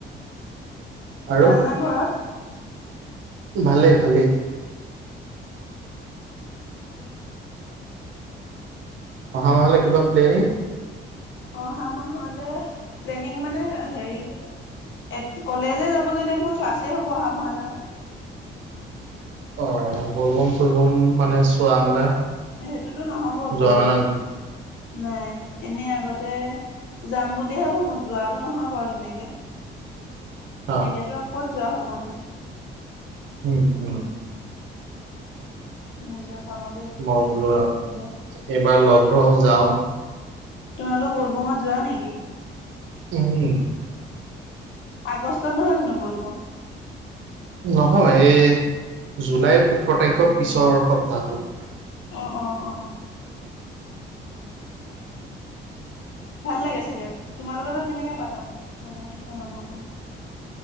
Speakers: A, on the right; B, on the left.
A: আৰু
B: ভাল না ঘৰত?
A: ভালেই ভালে। অহা মাহলে কিবা প্লেৰিং?
B: অহা মাহলে প্লেনিং মানে হেৰি কেইটা এ কলেজে যাবগে লাগিব ক্লাছে হ'ব অহা মাহলৈ
A: অ বলবম চলবম মানে চোৱা মেলা
B: সেইটোতো নহব বল
A: যোৱা মেলা
B: বম
A: নহয়।
B: নাই এনে আগত ততে যাম বুলিহে ভাবো যোৱাতটো নহয় বাৰু তেনেকে
A: অ
B: এতিয়াতো ক'ত যোৱা হবনো।
A: উম হম
B: নিজৰ কামতে
A: মই
B: ব্যস্ত
A: বোলো
B: হৈ
A: আৰু
B: যাম এতিয়া
A: এইবাৰ লগ ধও যাও।
B: তোমালোক বলবমত যোৱা নেকি?
A: উম।
B: আগষ্টত নহয় জানো বলবম?
A: নহয় এই জুলাইৰ ওঠৰ তাৰিখৰ পিছৰ সপ্তাহটোত।
B: অঁ অঁ অঁ। ভাল লাগে চাগে তোমালোকৰ তাত কেনেকৈ পাতা মানে কেনেকৈ মনা ব